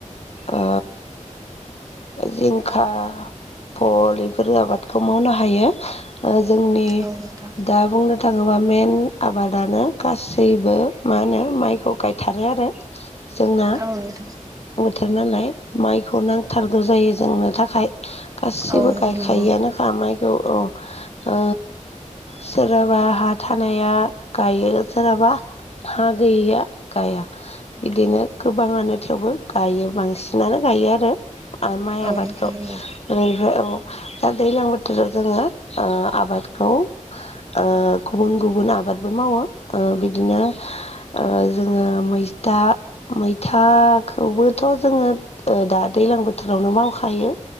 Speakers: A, on the left; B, on the right.
A: ओ जिंखा फल बेफोर आबादखौ मावनो हायो ओ जोंनि
B: औ नोंथां
A: दा बुंनो थाङोबा मेन आबादानो गासैबो मा होनो माइखौ गायथारो आरो जोंना
B: औ नोंथां
A: थार नालाय माइखौ नांथारगौ जायो जोंनो थाखाय। गासिबो
B: औ नोंथां
A: गायखायोआनो
B: नंगौ
A: खा माइखौ ओं ओ सोरहाबा हा थानाया गायो सोरहाबा हा गैयिया गाया बिदिनो गोबाङानो थेवबो गायो बांसिनानो गायो आरो। आरो माइ
B: औ
A: आबादखौ
B: नोंथां नंगौ
A: ओरैबा औ दा दैलां बोथोराव जोङो ओ आबादखौ ओ गुबुन गुबुन आ आबादबो मावो ओ बिदिनो ओ जोङो मैस्था मैथाखौबोथ' जोङो ओ दा दैलां बोथोरावनो मावखायो।